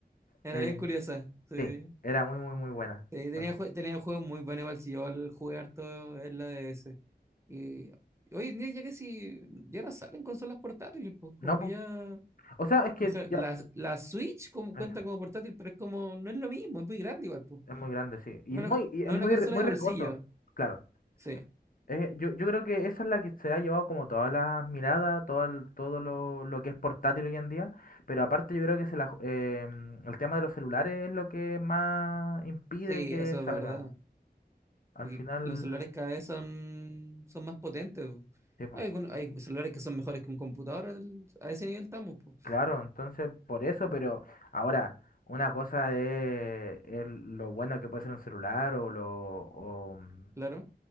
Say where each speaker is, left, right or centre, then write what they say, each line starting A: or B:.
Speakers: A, on the right (about 15°); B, on the left (about 55°).
A: Era
B: Eh,
A: bien curiosa, sí.
B: sí, era muy, muy, muy buena.
A: Sí, tenía,
B: Muy-
A: jue- tenía juegos muy buenos, igual si yo al jugar todo en la DS. Y hoy en día ya que si ya no salen consolas portátiles, pues como
B: No,
A: que
B: po.
A: ya...
B: O sea, es que
A: deja-
B: ya,
A: la, la Switch como,
B: eso,
A: cuenta como portátil, pero es como, no es lo mismo, es muy grande igual, pues.
B: es muy grande, sí. Y,
A: No,
B: no,
A: es una-
B: y- y
A: no
B: es
A: es
B: muy,
A: una consola
B: ri- muy
A: de bolsillo.
B: riesgoso, claro.
A: Sí,
B: Eh, yo, yo creo que esa es la que se ha llevado como todas las miradas, todo, el- todo lo, lo que es portátil hoy en día, pero aparte yo creo que se la ju- eh, mm, el tema de los celulares es lo que más impide
A: sí,
B: que
A: eso es
B: salgan.
A: verdad.
B: Al
A: Porque
B: final,
A: los celulares cada vez son, son más potentes. po.
B: sí, po,
A: Hay, algunos- hay celulares que son mejores que un computador. al- A ese nivel estamos, po.
B: claro, entonces por eso, pero ahora, una cosa es, es lo bueno que puede ser un celular o, lo, o, mm,
A: Claro.